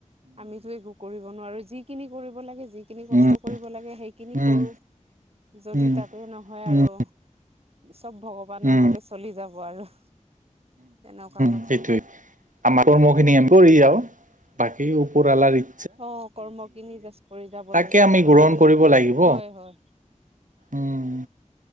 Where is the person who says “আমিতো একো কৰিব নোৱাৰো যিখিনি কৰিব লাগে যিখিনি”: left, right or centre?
Right